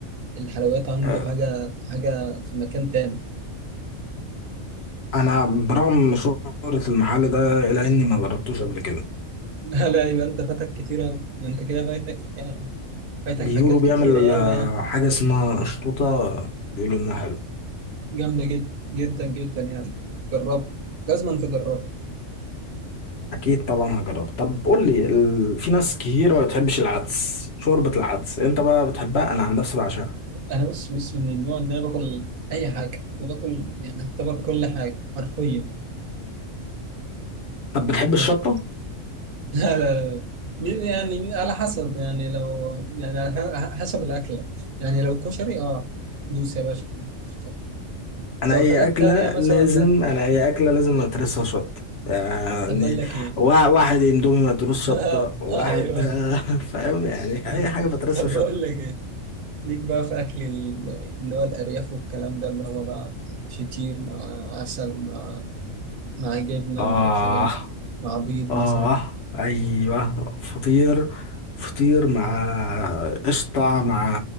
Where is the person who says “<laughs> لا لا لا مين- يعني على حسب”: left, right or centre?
Right